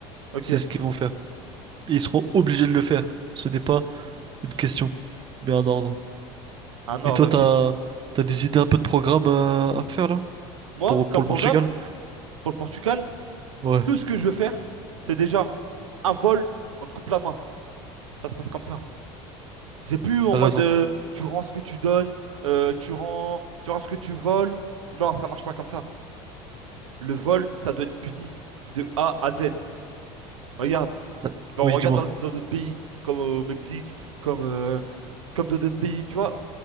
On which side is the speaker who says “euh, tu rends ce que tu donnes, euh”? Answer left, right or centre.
Right